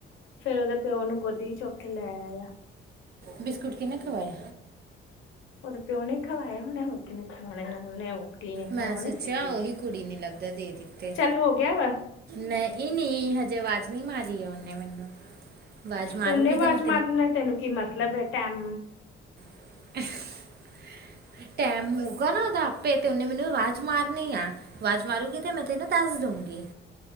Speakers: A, on the left (about 80°); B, on the right (about 55°).
A: ਫੇਰ ਉਹਦਾ ਪਿਓ ਨੂੰ ਗੋਦੀ ਚੁੱਕ ਕੇ ਲੈ ਆਇਆ।
B: ਬਿਸਕੁਟ ਕਿੰਨੇ ਖਵਾਏ
A: ਉਹ ਤਾਂ ਪਿਓ ਨੇ ਖਵਾਏ ਹੋਰ ਕਿਨੇ <unintelligible> ਖਵਾਉਣੇ
B: ਮੈਂ ਸੋਚਿਆ
A: ਸੀ ਕਿ
B: ਉਹੀ ਕੁੜੀ ਨੇ ਲੱਗਦਾ ਦੇ ਦਿੱਤੇ
A: ਚੱਲ ਹੋ ਗਿ ਹੋ ਗਿਆ ਵਾਂ।
B: ਨਹੀਂ ਨੀ ਹਜੇ ਆਵਾਜ਼ ਨੀ ਮਾਰੀ ਆ ਉਹਨੇ ਮੈਨੂੰ ਆਵਾਜ਼ ਮਾਰੂਗੀ
A: ਓਨੇ ਆਵਾਜ਼
B: ਤੇ ਮੈਂ
A: ਮਾਰਨਾ ਤੈਨੂੰ ਕੀ ਮਤਲਬ ਐ ਟੈਮ
B: <unintelligible> ਟੈਮ ਹੋਊਗਾ ਨਾ ਉਹਦਾ ਆਪੇ ਤੇ ਉਹਨੇ ਮੈਨੂੰ ਆਵਾਜ਼ ਮਾਰਨੀ ਆ ਆਵਾਜ਼ ਮਾਰੂਗੀ ਤੇ ਮੈਂ ਤੈਨੂੰ ਦੱਸ ਦੂੰ ਗੀ।